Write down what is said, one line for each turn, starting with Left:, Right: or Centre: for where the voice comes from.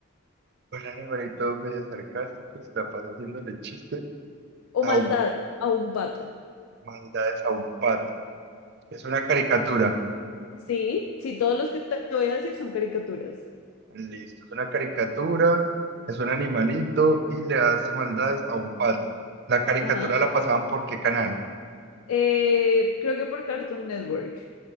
Right: Un animalito medio sarcástico y se la pasa haciéndole chistes
Left: o
Right: a
Left: maldades
Right: un,
Left: a un pato.
Right: maldades a un pato. Es una caricatura.
Left: Sí, sí, todos los que te voy a decir son caricaturas.
Right: Listo, es una caricatura, es un animalito y le hace maldades a un pato. La caricatura
Left: Ajá.
Right: la pasaban por qué canal?
Left: Eh, creo que por Cartoon Network.